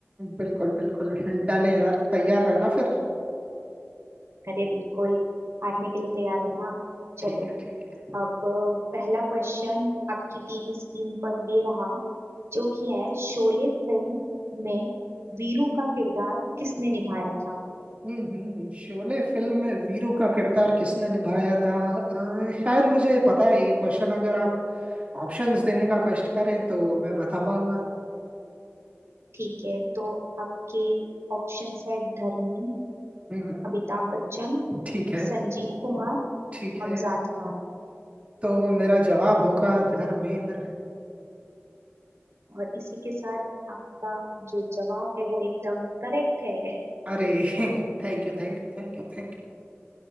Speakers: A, on the right (about 30°); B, on the right (about 85°).
A: बिल्कुल बिल्कुल डन है यार तैयार रहना फिर
B: अरे बिल्कुल हारने के लिए तैयार हो ना चलो
A: ठीक है ठीक है
B: अब अ, पहला क्वेश्चन आपकी टीवी स्क्रीन पर ये रहा जो कि है शोले फिल्म में वीरू का किरदार किसने निभाया था
A: हम्म हम्म, हम्म। शोले फिल्म में वीरू का किरदार किसने निभाया था अ, शायद मुझे पता है ये क्वेश्चन अगर आप ऑप्शंस देने का कष्ट करें तो मैं बता पाऊंगा
B: ठीक है तो आपके ऑप्शंस है धर्मेंद्र
A: हम्म हम्म।
B: अमिताभ बच्चन
A: ठीक है
B: संजीव कुमार
A: ठीक
B: अमजद
A: है
B: खान
A: तो मेरा जवाब होगा धर्मेंद्र
B: और इसी के साथ आपका जो जवाब है वो एकदम करेक्ट है
A: अरे <laughs> thank you thank you thank you thank you